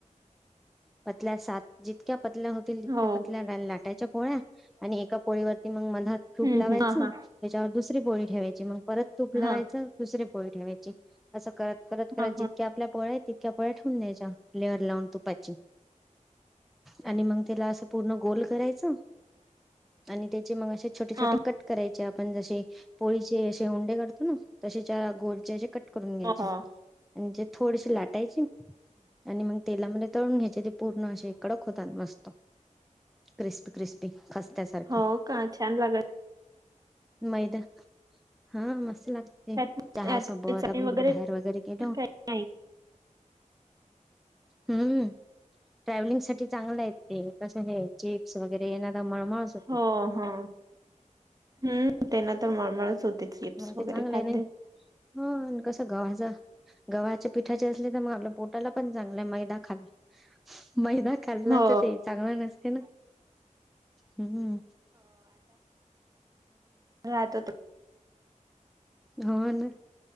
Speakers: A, in the centre; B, on the right.
A: पतल्या सात जितक्या पतल्या होतील तितक्या
B: हो
A: पतल्या घायला लागत पोळ आणि एका पोळीवरती म ात तूप
B: हम्म
A: लावायच
B: हम्म हा
A: त्याच्यावर
B: हा
A: दुसरी बोळी ठेवायची मग परत तूप लावायच
B: हा
A: दुसर पोळी ठेवायची अस करत करत करत
B: हा
A: जितक्या आपल्या पोळ्या ्यापोळ्या ठेवून द्यायच्या लेअर लावून तुपाची आणि मग त्याला असं पूर्ण गोल करायचं आणि त्या गे छोटे छोटे
B: हा
A: कट करायचे आपण ज पोळीचे तो ना तसे गोड कट करून घ्यायचे
B: हो हो
A: आणि थोडीशी लाटायचे आणि मग तेलामध्ये तळून घ्यायचे ते पूर्ण असे इकडं त क्रिस्पी क्रिस्पी खस्त्यासारखे
B: हो का छान लागल
A: मैदा हा मस्त लागते
B: त्यात
A: चहा
B: त्यात
A: सबत
B: काही चटणी
A: आपण
B: वगैरे
A: गुठे बाहेर वगैरे केलं
B: काही नाही. <unintelligible>
A: हम्म ट्रॅव्हलिंग साठी चांगलं आहे ते कस हे चिप्स वगैरे येणार द मळमळ सुकी
B: हो हो. हम्म त्यांना तर मळमळच होते चिप्स
A: मग
B: वगैरे
A: ते चांगले
B: खाल्ले
A: नाही ह कसं गव्हाच गव्हाच्या पिठाचे असले तर मग आपलं पोट आपला पण चांगल मैदा खाल् मैदा ल्ला
B: हो
A: तर ते चांगला नसते ना हम्
B: राहतो त
A: हो ना